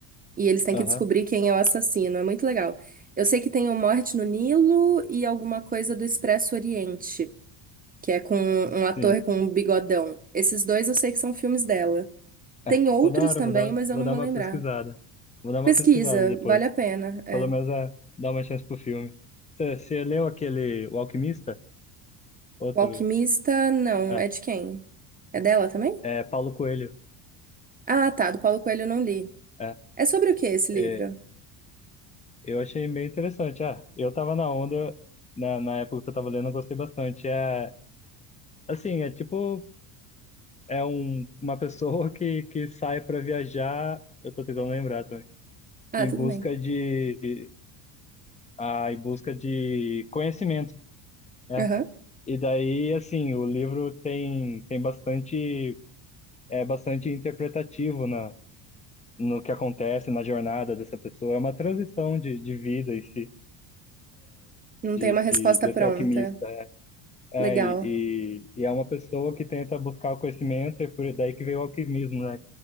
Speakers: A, on the right; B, on the left.
A: e eles têm
B: Aham.
A: que descobrir quem é o assassino. É muito legal. Eu sei que tem o Morte no Nilo e alguma coisa do Expresso Oriente, que é com um ator
B: Sim.
A: com um bigodão. Esses dois eu sei que são filmes dela. Tem
B: É,
A: outros
B: vou dar hora,
A: também,
B: vou dar,
A: mas
B: vou
A: eu não
B: dar
A: vou
B: uma
A: lembrar.
B: pesquisada. Vou dar uma
A: Pesquisa,
B: pesquisada depois.
A: vale a pena. É.
B: Pelo menos é, dar uma chance pro filme. Você você leu aquele O Alquimista? Outro.
A: O Alquimista, não,
B: É,
A: é de quem? É dela também?
B: é Paulo Coelho.
A: Ah, tá, do Paulo Coelho eu não li.
B: É,
A: É sobre o que esse livro?
B: é, eu achei meio interessante. Ah, eu tava na onda, na, na época que eu tava lendo, eu gostei bastante. É, assim, é tipo, é um, uma pessoa <laughs> que, que sai pra viajar, eu tô tentando lembrar também,
A: Ah,
B: em
A: tudo
B: busca
A: bem.
B: de, ah, em busca de conhecimento. né?
A: Aham.
B: E daí, assim, o livro tem, tem bastante, é bastante interpretativo na, no que acontece na jornada dessa pessoa. É uma transição de, de vida em si,
A: Não
B: de,
A: tem uma resposta
B: de, desse
A: pronta.
B: alquimista. É,
A: Legal.
B: e, e, e é uma pessoa que tenta buscar o conhecimento, e por daí que veio o alquimismo, né?